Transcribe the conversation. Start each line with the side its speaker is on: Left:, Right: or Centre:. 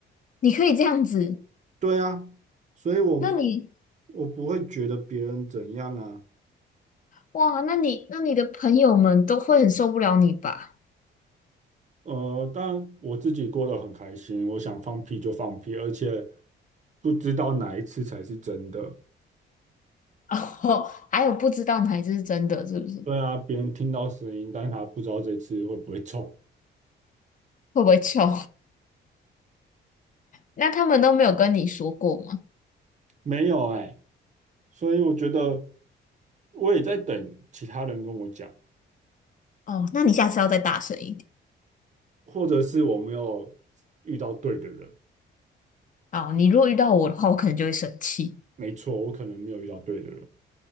Left: 你可以这样子？
Right: 对啊，所以我
Left: 那你
Right: 我不会觉得别人怎样啊，
Left: 哇，那你那你的朋友们都会很受不了你吧？
Right: 呃，但我自己过得很开心，我想放屁就放屁，而且不知道哪一次才是真的，
Left: <laughs> 哦，还有不知道哪一只是真的，是不是？
Right: 对啊，别人听到声音，但他不知道这次会不会臭。
Left: 会不会臭？<laughs> 那他们都没有跟你说过吗？
Right: 没有哎、所以我觉得我也在等其他人跟我讲，
Left: 哦，那你下次要再大声一点。
Right: 或者是我没有遇到对的人。
Left: 好，你如果遇到我的话，我可能就会生气。
Right: 没错，我可能没有遇到对的人。